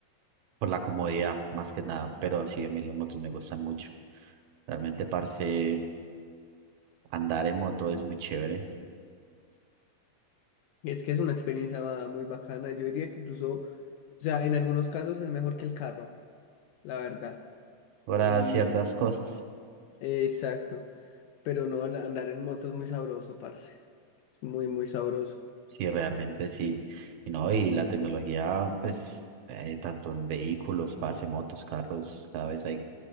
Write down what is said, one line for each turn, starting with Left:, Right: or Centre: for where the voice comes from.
Right: por la comodidad más que nada, pero sí, a mí las motos me gustan mucho. Realmente, parce, andar en moto es muy chévere
Left: Es que es una experiencia muy bacana. Yo diría que incluso, o sea, en algunos casos es mejor que el carro, la verdad.
Right: para
Left: Y
Right: ciertas cosas.
Left: eh, exacto. Pero no, la- andar en moto es muy sabroso, parce. Es muy, muy sabroso.
Right: Sí, realmente sí. Y no, y la tecnología, pues, eh, tanto en vehículos, parce, motos, carros, cada vez hay